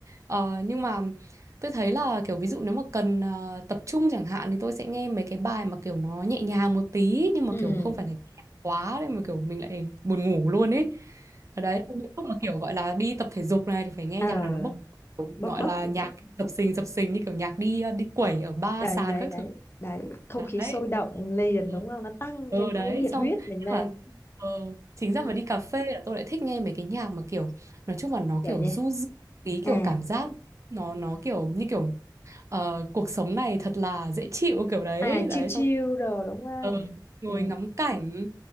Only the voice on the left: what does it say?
ừ
ờ
bốc
bốc
một
chút
đấy
đấy
đấy
đấy không
khí sôi động liền
đúng không nó tăng
cái
cái, cái nhiệt
huyết
mình lên
ừ
kiểu
như
à
à
chill chill
đồ đúng không
ừ